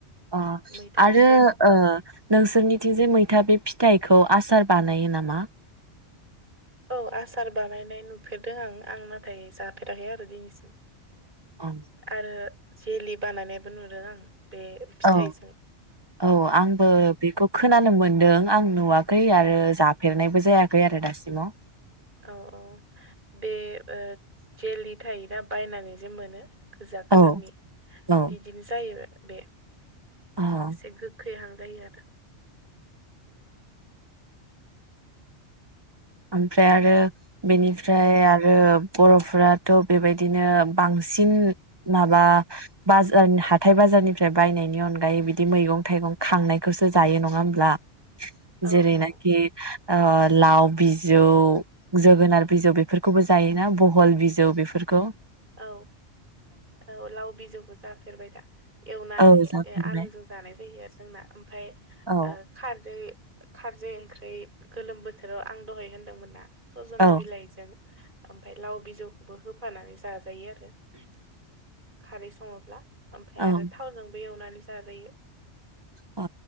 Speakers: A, on the right; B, on the right.
A: अह
B: मैथा
A: आरो
B: फिथाइखौ
A: ओ नोंसोरनिथिं जे मैथा बे फिथाइखौ आसार बानायो नामा?
B: औ आसार बानायनाय नुफेरदों आं आं नाथाय जाफेराखै आरो दिनैसिम।
A: अ
B: आरो जेलि बानायनायबो नुदों आं। बे फिथाइजों
A: औ औ आंबो बेखौ खोनानो मोनदों आं नुवा खै आरो जाफेरनायबो जायाखै आरो दासिमाव।
B: औ औ बे ओ जेलि थायोना बायनानै जे मोनो। गोजा कालारनि
A: औ औ
B: बिदिनो जायो। बेे
A: अ
B: एसे गोख बेहांजायो आरो
A: ओमफ्राय आरो बेनिफ्राय आरो बर'फोराथ बेबायदिनो बांसिन माबा बाजार हाथाइ बाजारनिफ्राय बायनायनि अनगायै बिदि मैगं थाइगं खांनायखौसो जायो नङा होमब्ला?
B: औ
A: जेरै
B: औ
A: नाखि ओ लाउ बिजौ जोगोनार बिजौ बेफोरखौबो जायोना बहल बिजौ बेफोरखौ
B: औ औ लाव बिजौखौ जाफेरबाय दा एवनानै
A: औ जाफेरबाय
B: आलुजों जानाय जायो आरो जोंना ओमफ्राय
A: औ
B: ओ खारदै खारदै ओंख्रि गोलोम बोथोराव आं दहाय होनदोंमोन ना। सजना
A: औ
B: बिलाइजों ओमफ्राय लाव बिजौखौबो होफानानै जाजा जायो आरो। द खारै सङोब्ला ओमफ्राय
A: औ
B: आरो थावजोंबो एवनानै जाजायो।
A: अ